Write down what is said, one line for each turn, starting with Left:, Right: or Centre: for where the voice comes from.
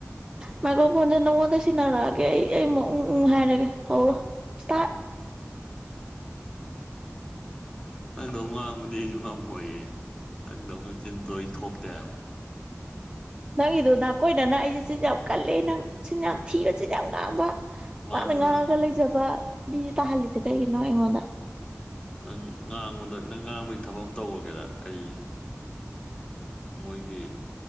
Right: ꯃꯥꯏꯀ꯭ꯔ ꯐꯣꯟꯖꯦ ꯅꯪ ꯉꯣꯟꯗ ꯁꯤꯟꯅꯔꯛꯑꯒꯦ ꯑꯩ ꯑꯩꯃꯨꯛ ꯎꯪ ꯎꯪ ꯍꯥꯏꯔꯒꯦ ꯍꯧꯔꯒꯦ ꯏꯁꯇꯥꯔꯠ
Left: ꯅꯪꯗꯧ ꯉꯥꯡꯕꯗꯤ ꯑꯩꯁꯨ ꯉꯝꯃꯣꯏꯌꯦ ꯅꯪꯗꯧꯅ ꯆꯤꯟꯗꯣ ꯑꯩ ꯊꯣꯛꯇꯦꯕ
Right: ꯅꯪꯒꯤꯗꯨ ꯅꯥꯀꯣꯏꯅꯅ ꯑꯩꯁꯦ ꯆꯤꯟ ꯌꯥꯝ ꯀꯜꯂꯦ ꯅꯪ ꯆꯤꯟ ꯌꯥꯝ ꯊꯤꯕ ꯆꯤꯟ ꯌꯥꯝ ꯉꯥꯡꯕ
Left: ꯃꯥꯅꯤ
Right: ꯉꯥꯡꯉ
Left: ꯃꯥꯅꯤ
Right: ꯉꯥꯡꯉꯒ ꯂꯩꯖꯕ ꯕꯤ ꯇꯥꯍꯜꯂꯤꯁꯦ ꯀꯩꯒꯤꯅꯣ ꯑꯩꯉꯣꯟꯗ
Left: ꯅꯪ ꯉꯥꯡꯕꯗ ꯅꯪ ꯉꯥꯡꯕꯩ ꯊꯕꯛ ꯑꯃ ꯇꯧꯔꯒꯦꯔ ꯀꯔꯤ ꯃꯣꯏꯒꯤ